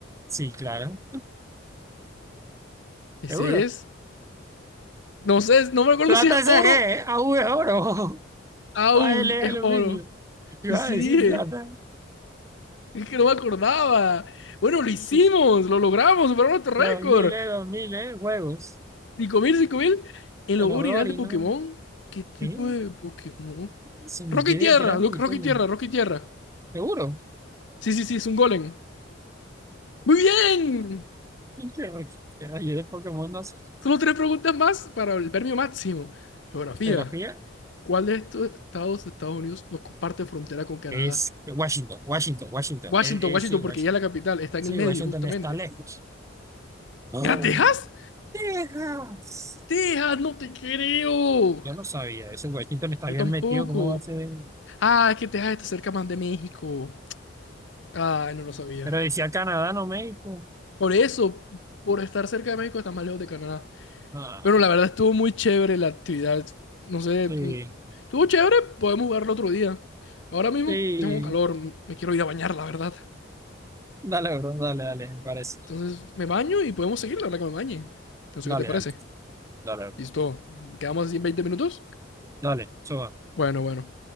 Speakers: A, on the right; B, on the left.
A: Sí, claro,
B: Ese
A: seguro.
B: es. No sé, no me acuerdo
A: Plata
B: si es
A: es
B: oro.
A: AG, ¿eh? AU es oro, <laughs>
B: Au,
A: AL
B: es
A: es aluminio.
B: oro.
A: Yo
B: Y
A: iba
B: sí
A: a decir
B: dije.
A: plata.
B: Es que no me acordaba. Bueno, lo hicimos.
A: Sí, sí.
B: Lo logramos. Superamos nuestro
A: Los
B: récord.
A: miles, los miles, juegos.
B: Cinco mil, cinco mil. El
A: En
B: logo
A: los
B: original
A: juegos
B: de Pokémon.
A: ¿no?
B: ¿Qué tipo
A: Mira,
B: de Pokémon?
A: se me
B: Roca
A: quiere
B: y tierra.
A: grande
B: lo- Roca
A: el pelo.
B: y tierra. Roca y tierra.
A: Seguro.
B: Sí, sí, sí. Es un golem. Muy bien.
A: <laughs> Yo de Pokémon no sé.
B: Solo tres preguntas más para el premio máximo. Geografía.
A: Geografía.
B: ¿Cuál de estos estados de Estados Unidos no comparte frontera con Canadá?
A: Es Washington, Washington, Washington.
B: Washington,
A: Es, es,
B: Washington,
A: sí, Washington.
B: porque ya es la capital, está en
A: Sí,
B: el medio,
A: Washington
B: justamente.
A: está lejos. Ah,
B: ¿Era Texas?
A: Texas.
B: Texas, no te creo.
A: Yo no sabía eso. Washington está
B: Yo
A: bien
B: tampoco.
A: metido. ¿Cómo va a ser?
B: Ah, es que Texas está cerca más de México. Ah, no lo sabía.
A: Pero decía Canadá, no México.
B: Por eso, por estar cerca de México, está más lejos de Canadá.
A: Ah,
B: Pero la verdad estuvo muy chévere la actividad. No sé,
A: sí.
B: mm, estuvo chévere, podemos jugarlo otro día. Ahora mismo
A: Sí.
B: tengo calor, mm, me quiero ir a bañar, la verdad.
A: Dale, bro. Dale, dale. Me parece.
B: Entonces me baño y podemos seguir la hora que me bañe. No sé
A: Dale,
B: qué te parece.
A: dale. Dale, dale.
B: Listo, quedamos así en 20 minutos.
A: Dale. suba.
B: Bueno, bueno.